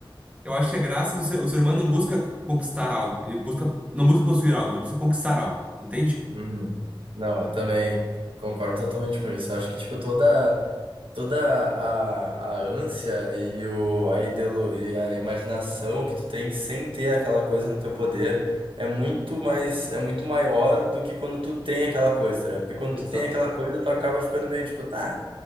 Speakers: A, on the right (about 15°); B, on the right (about 70°).
A: Eu acho que a graça do ser, o ser humano não busca conquistar algo. Ele busca, não busca possuir algo, ele busca conquistar algo. Entende?
B: uhum. Não, eu também concordo totalmente com isso. Eu acho que, tipo, toda toda a, a ânsia e, o, a ideolo, e a imaginação que tu tem sem ter aquela coisa no teu poder é muito mais, é muito maior do que quando tu tem aquela coisa, tá ligado? Porque quando
A: Exato.
B: tu tem aquela coisa, tu acaba ficando meio tipo, tá.